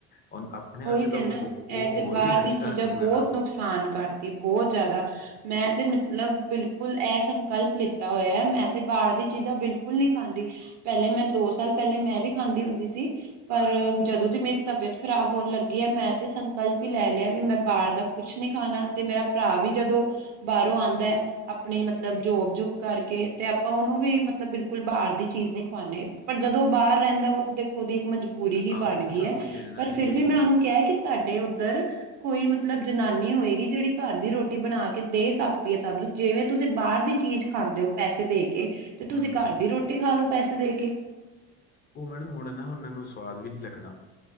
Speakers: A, on the left; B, on the right.
A: ਉਹ ਆਪਣੇ ਵਾਸਤੇ
B: ਉਹੀ ਤੇ
A: ਤਾਂ ਉਹ-ਉਹ
B: ਨਾ ਇਹ ਤੇ
A: ਹੋਰ
B: ਬਾਹਰ
A: ਵੀ ਹਾਨੀਕਾਰਕ
B: ਦੀ ਚੀਜ਼ਾਂ
A: ਹੋ
B: ਬਹੁਤ
A: ਗਿਆ। ਕੰਮ
B: ਨੁਕਸਾਨ ਕਰਦੇ ਬਹੁਤ ਜ਼ਿਆਦਾ। ਮੈਂ ਤੇ ਮਤਲਬ ਬਿਲਕੁਲ ਇਹ ਸੰਕਲਪ ਲਿੱਤਾ ਹੋਇਆ ਹੈ। ਮੈਂ ਤੇ ਬਾਹਰ ਦੀ ਚੀਜ਼ਾਂ ਬਿਲਕੁਲ ਨਹੀਂ ਖਾਂਦੀ। ਪਹਿਲੇ ਮੈਂ ਦੋ ਸਾਲ ਪਹਿਲੇ ਮੈਂ ਵੀ ਖਾਂਦੀ ਹੁੰਦੀ ਸੀ ਪਰ ਜਦੋਂ ਦੀ ਮੇਰੀ ਤਬੀਅਤ ਖ਼ਰਾਬ ਹੋਣ ਲੱਗੀ ਆ ਮੈਂ ਤੇ ਸੰਕਲਪ ਹੀ ਲੈ ਲਿਆ ਵੀ ਮੈਂ ਬਾਹਰ ਦਾ ਕੁਛ ਨੀ ਖਾਣਾ ਤੇ ਮੇਰਾ ਭਰਾ ਵੀ ਜਦੋਂ, ਬਾਹਰੋਂ ਆਉਂਦਾ ਹੈ। ਆਪਣੀ ਮਤਲਬ ਜੋਬ ਜਬ ਕਰਕੇ ਤੇ ਆਪਾਂ ਉਹਨੂੰ ਵੀ ਮਤਲਬ ਬਿਲਕੁਲ ਬਾਹਰ ਦੀ ਚੀਜ਼ ਨਹੀਂੀ ਖਵਾਉਂਦੇ, ਪਰ ਜਦੋਂ ਉਹ ਬਾਹਰ ਰਹਿੰਦਾ ਉਹ ਤਾਂ ਦੇਖੋ ਉਹਦੀ ਇੱਕ ਮਜਬੂਰੀ ਹੀ
A: ਹਾਂ
B: ਬਣ
A: ਉੱਥੇ
B: ਗਈ
A: ਤਾਂ
B: ਹੈ
A: ਉਹੀ ਨਾ
B: ਪਰ,
A: ਜੀ
B: ਫਿਰ
A: ਬਈ
B: ਵੀ ਮੈਂ ਉਹਨੂੰ ਕਿਹਾ ਕਿ ਤੁਹਾਡੇ ਉੱਧਰ, ਕੋਈ ਮਤਲਬ ਜਨਾਨੀ ਹੋਏਗੀ ਜਿਹੜੀ ਘਰ ਦੀ ਰੋਟੀ ਬਣਾ ਕੇ ਦੇ ਸਕਦੀ ਹੈ ਤੁਹਾਨੂੰ ਜਿਵੇਂ ਤੁਸੀਂ ਬਾਹਰ ਦੀ ਚੀਜ਼, ਖਾਂਦੇ ਹੋ ਪੈਸੇ ਦੇ ਕੇ ਤੇ ਤੁਸੀਂ
A: ਹੂੰ
B: ਘਰ ਦੀ ਰੋਟੀ ਖਾ ਲਓ ਪੈਸੇ ਦੇ ਕੇ।
A: ਉਹ ਮੈਡਮ ਹੁਣ ਨਾ ਉਹਨਾਂ ਨੂੰ ਸਵਾਦ ਵੀ ਨਹੀਂ ਲੱਗਣਾ